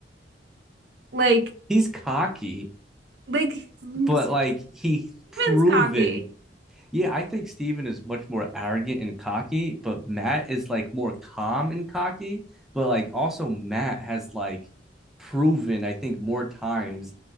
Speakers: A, on the right (about 65°); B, in the centre.
A: like
B: he's cocky
A: Like Steven
B: but like he's proven
A: Skokie.
B: Yeah, I think Steven is much more arrogant and cocky, but Matt is like more calm and cocky. But like also Matt has like proven, I think, more times